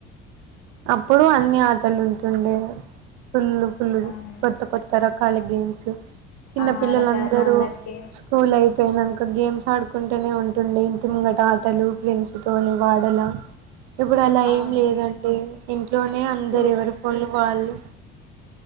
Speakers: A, on the right; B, on the left.
A: అప్పుడు అన్ని ఆటలు ఉంటుండే పుల్లు పుల్లులు
B: అవును
A: కొత్త కొత్త రకాల గేమ్స్ చిన్న
B: ఆ
A: పిల్లలందరూ
B: రకరకాల గేమ్స్
A: స్కూల్ ైఫ్ పోనాక గేమ్స్ ఆడుకుంటేనే ఉంటుండే ఇంత ముంగట ఆటలు ఫెండ్స్ తోని వాడలా ఇప్పుడు అలా
B: అవును
A: ఏం లేదండి ఇంట్లోనే అందరు
B: స్కూ
A: ఎవరి ఫోన్లు కాళ్ళు